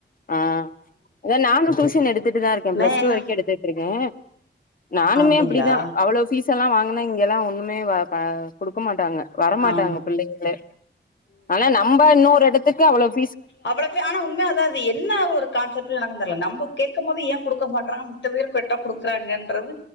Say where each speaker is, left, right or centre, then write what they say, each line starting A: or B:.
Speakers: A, on the left (about 50°); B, on the left (about 80°).
A: ஆ அத நாங்க டூச் ஷன் எடுத்துட்டுதா இருக்கே
B: நா
A: பிளஸ்
B: எங்க
A: டூ வரைக்கு எடுத்துட்ருக்கே நானுமே
B: அப்டிங்களா
A: அப்டிதா அவ்ளோப் ஃபீஸ் அல்லா வாங்கனா இங்கலா ஒன்னுமே வ ப குடுக்க மாட்டாங்க வரமாட்டாங்க
B: ஆம்
A: பிள்ளைங்ளே அல்லா நம்ப இன்னொரு எடத்துக்கு அவ்ளோவ்
B: அவ்ளவே ஆனா உண்மையா அதா அது என்ன ஒரு கான்செப்ட் <unintelligible> நம்போ கேட்கம்போது ஏ குடுக்க மாட்றான் மித்த பேரு கேட்டா குடுக்கறாங்கன்றது